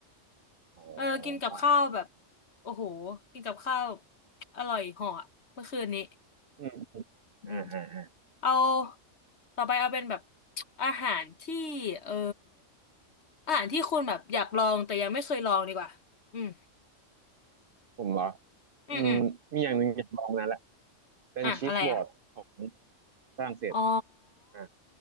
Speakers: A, on the right; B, on the left.
A: อ๋
B: เออกินกับข้าวแบบ
A: อ
B: โอ้โหกินกับข้าวอร่อยเหาะเมื่อคืนนี้
A: อืมอมอ่าอ่าอ่า
B: อืมเอาต่อไปเอาเป็นแบบอาหารที่เอออาหารที่คุณแบบอยากลองแต่ยังไม่เคยลองดีกว่าอืม
A: ผมเหรอ
B: อืมอืม
A: อืมมีอย่างหนึ่งอยากลองมานานละเป็นชีสบอร์ดของ
B: อ่ะอะไรอ่ะ
A: ฝรั่งเศส
B: อ๋อ
A: อ่า